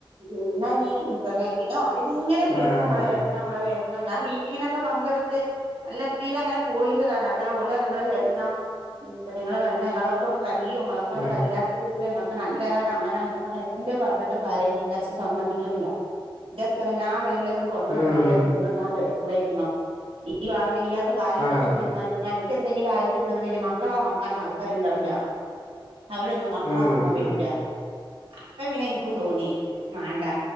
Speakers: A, on the right; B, on the left.
A: പിന്നെ ഇനീ ഇതെന്നെ പിന്നെ ഓല്ങ്ങെനെ വിളിക്കും
B: ആഹ്
A: ഇങ്ങെള്
B: ആഹ്
A: ര്‌ണം ങ്ങള് വെര്ണം ഞാൻ മീറ്റിങ്ങിനൊക്കെ പങ്കെട്ത്ത് നല്ല രീതിയിലങ്ങെനെ പോയിര്താണ് അപ്പഴാ ഓല് ങ്ങൾ വെർനം. പിന്നെ ങ്ങൾ വെർനം ങ്ങളെക്കൊണ്ട് കഴിയും. ങ്ങളെക്കൊണ്ട്
B: ആഹ്
A: കഴിയാ <unintelligible> ങ്ങെക്ക് നല്ലതാണ് അങ്ങനാ ഞാ പർ എന്ത് പറഞ്ഞിട്ടും കാര്യല്ല ഇന്റെ ഹസ് സമ്മതിക്ക്ണ്ല്ല ഇന്റെ ഹസ് പറയും ഞാൻ വെല്ലെതും കൊണ്ടര്ണ്ടെങ്കില്
B: ഉം
A: <unintelligible> ഇവിടെ ഇര്ന്നോ ഈ വെയ്യാത്ത കാലും
B: ആഹ്
A: വെച്ച് പോയിക്കാണ്ട് ഇഞ്ഞ് അനക്കെന്തേ എന്തെങ്കിലും ആയിട്ട്ണ്ട്ന്ന്ണ്ടെങ്കില് മക്കളെ നോക്കാന് ആൾക്കാര്ണ്ടാവൂല അവരൊന്നും മക്കളെ
B: ഉം
A: നോ ക്കാം വെരൂലാ
B: ഉം
A: അപ്പം പിന്നെ ഇൻക്കും തോന്നി മാണ്ടാ